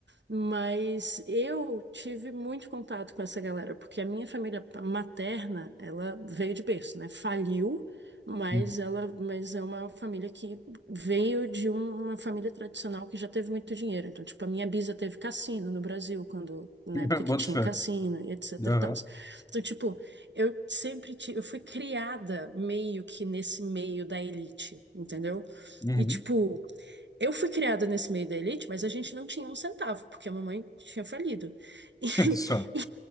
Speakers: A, on the right (about 80°); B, on the left (about 20°).
A: Mas eu tive muito contato com essa galera, porque a minha família materna, ela veio de berço, né? Faliu, mas
B: Uhum.
A: ela, mas é uma família que veio de um- uma família tradicional que já teve muito dinheiro. Então, tipo, a minha bisa teve cassino no Brasil, quando na
B: <laughs>
A: época que
B: Boto
A: tinha
B: fé.
A: cassino, e etc
B: Aham.
A: e tal. Então, tipo, eu sempre tive, eu fui criada meio que nesse meio da elite, entendeu?
B: Uhum.
A: E tipo, eu fui criada nesse meio da elite, mas a gente não tinha um centavo, porque a mamãe tinha falido. <laughs>
B: <laughs> Só.
A: E,